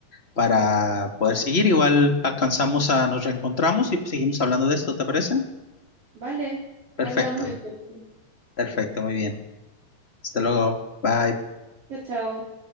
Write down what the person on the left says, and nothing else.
para poder seguir. Igual alcanzamos a, nos reencontramos y seguimos hablando de esto, ¿te parece?
Perfecto,
perfecto, muy bien. Hasta luego, bye.